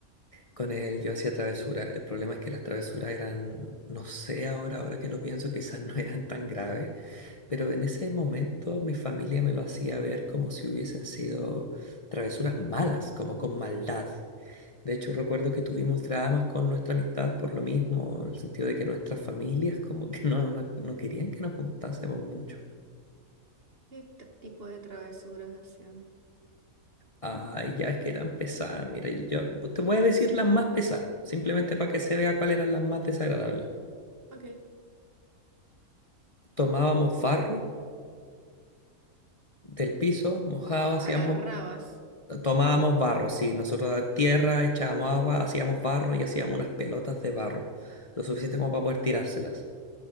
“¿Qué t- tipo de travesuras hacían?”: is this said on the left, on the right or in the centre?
Right